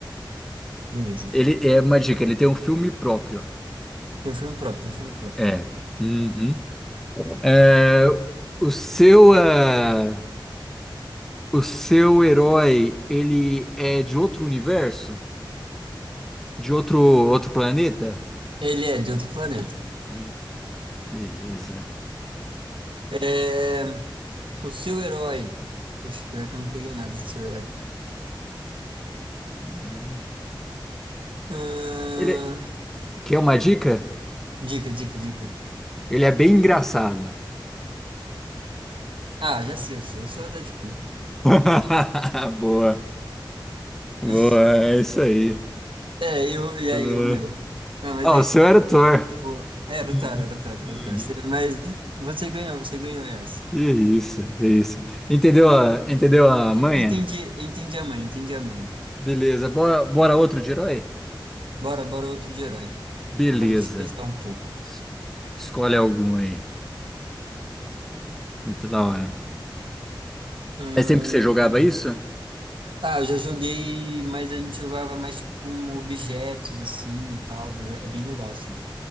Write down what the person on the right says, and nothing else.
Beleza.
Tem um filme próprio, tem um filme próprio.
Ele é de outro planeta.
É, O seu herói. Poxa, pior que eu não peguei nada do seu herói.
Ahn,
Dica, dica, dica.
Ah, já sei o seu. O seu é o Deadpool.
<laughs>
É, eu, e
aí, o meu? Ah, mas
aí
você deu
uma
dica muito boa. É, Era
o Taro, era o Taro,
era o Taro. Você- Mas você ganhou, você ganhou essa.
En-
Entendi, entendi a mãe, entendi a mãe.
Bora, bora outro de herói.
Agora deixa eu pensar um pouco.
Hum,
Ah, eu já joguei, mas a gente jogava mais tipo com objetos assim e tal. Era... É bem legal assim.